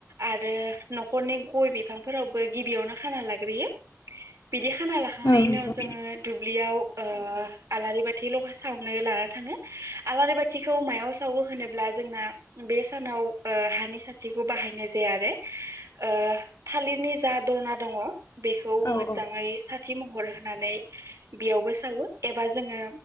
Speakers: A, on the right (about 75°); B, on the left (about 75°).
A: आरो नखरनि गय बिफांफोरावबो गिबियावनो खाना लाग्रोयो बिदि खाना लाखांनायनि
B: औ नोंथां
A: उनाव जोङो दुब्लियाव ओ आलारि बाथि लगा सावनो लाना थाङो आलारि बाथ थिखौ मायाव सावो होनोब्ला। जोंना बे सानाव ओ हानि साथि बाहायनाय जे आरोे ओ थालिरनि जा दना दङ। बेखौ
B: औ
A: मोजाङै
B: औ
A: सा थि महर होनानै बेयावबो सावो एबा जोङो